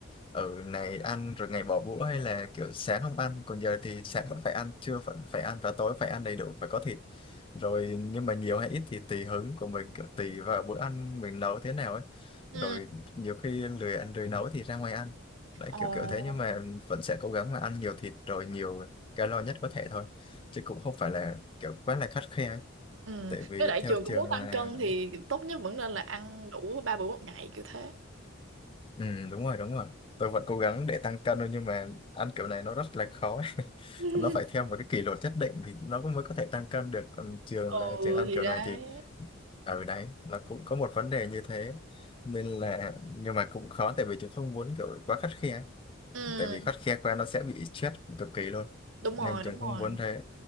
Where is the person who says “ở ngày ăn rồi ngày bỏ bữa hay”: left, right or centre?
Left